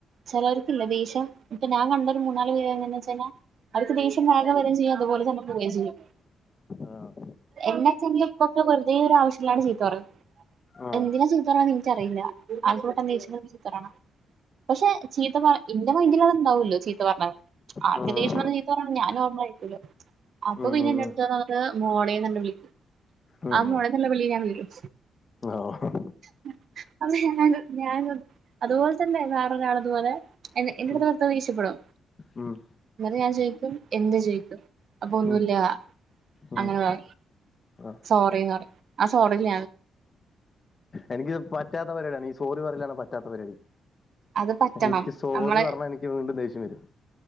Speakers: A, on the right (about 55°); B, on the left (about 30°).
A: ചിലവർക്ക്ല്ല ദേഷ്യം ഇപ്പ ഞാൻ കണ്ട ഒരു മൂന്നാല് പേര് എനെയ വെച്ച കിഞ്ഞാ അവർക്ക് ദേ്യ വേഗ വര ചെയ്യ അതുപോലെന്നെ <unintelligible>
B: ആഹ്
A: എന്നച്ചെ ഇപ്പൊക്കെ വെറുതേ ഒരു ആവശ്യല്ലാണ്ട് ചീത്തോറ
B: ആഹ്
A: എന്തിനാ ചിത്തറന്ന് എനിക്കറിയില്ല ആൾക്ക് പൊട്ടം ദേ ചുത്തറണ പക്ഷെ ചീത്ത പറ എന്റെ മൈന്ഡിലടെ ഉണ്ടാവല്ലോ ചീത്ത പറഞ്ഞാ ആക്കെ
B: ഉം ഉം
A: ദേശ്യയംവന്ന ചീത്താ പറഞ്ഞ ഞാനും ഓർമ രിക്കല്ലോ അപ്പൊ
B: ഉം
A: പിന്നെ എന്റെ അടുത്ത വന്ന്ട്ട് മോളേന്ന് വിളിക്ക്
B: ഉം ഉം
A: ആ മോള
B: ഉം
A: നല്ല വിളി ഞാൻ വീയും
B: ആഹ്
A: <unintelligible> ഞാന് അതുപോലെ തന്നെ വേറൊരാളതുപോലെ എന്റെടുത്ത്ദേഷ്യപ്പെടും
B: ഉം ഉം
A: ഇങ്ങെ ഞാൻ ചൊയിക്കും എന്ത് ചൊയിക്കും അപ്പൊ ഒന്നുല്ല
B: ഉം ഉം
A: അങ്ങനെ പറ
B: ആഹ്
A: സോറിന്ന് പറയും ആ സോറിഞ
B: എനിക്ക്ത് പറ്റാത്ത പരിപാടിയാണ് ഈ സോറി പറയലാണ് പറ്റാത്ത പരിപാടി
A: അത് പറ്റണം
B: എനിക്ക് സോറി
A: നമ്മള്
B: പറഞ്ഞാ എനിക്ക് വീണ്ടും ദേഷ്യം വരും